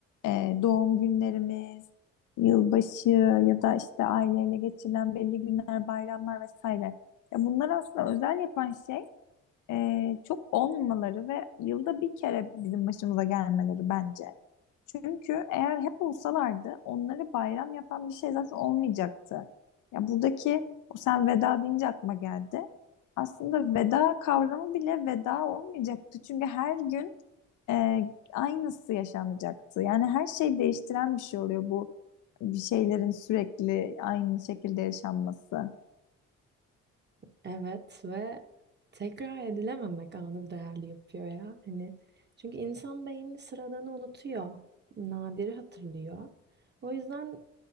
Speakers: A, on the left; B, on the right.
A: e, doğum günlerimiz, yılbaşı ya da işte aileyle geçirilen belli günler, bayramlar vesaire. Ya bunlar aslında özel yapan şey e, çok olmamaları ve yılda bir kere bizim başımıza gelmeleri bence. Çünkü eğer hep olsalardı onları bayram yapan bir şey zaten olmayacaktı. Ya buradaki o sen veda deyince aklıma geldi. Aslında veda kavramı bile veda olmayacaktı. Çünkü her gün e, aynısı yaşanacaktı. Yani her şey değiştiren bir şey oluyor bu bir şeylerin sürekli aynı şekilde yaşanması.
B: Evet ve tekrar edilememek anı değerli yapıyor ya. Hani çünkü insan beyni sıradanı unutuyor, nadiri hatırlıyor. O yüzden